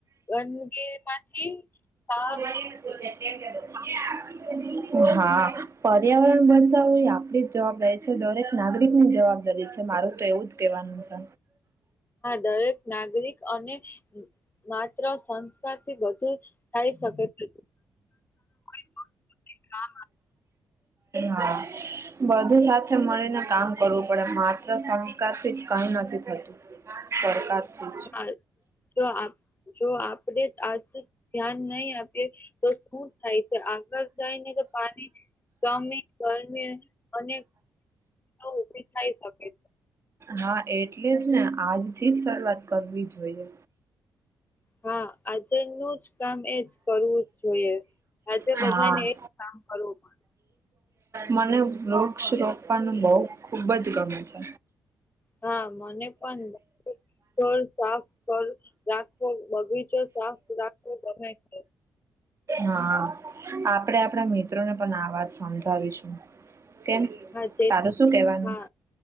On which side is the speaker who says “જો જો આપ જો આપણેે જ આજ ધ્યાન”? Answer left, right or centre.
Left